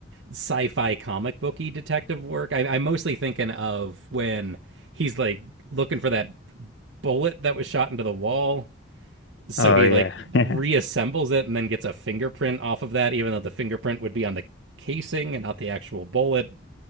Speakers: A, on the right; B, on the left.
A: sci-fi comic booky detective work. I, I'm mostly thinking of when he's like looking for that bullet that was shot into the wall. So
B: Oh
A: he
B: yeah,
A: like
B: yeah,
A: reassembles it and then gets a fingerprint off of that, even though the fingerprint would be on the casing and not the actual bullet.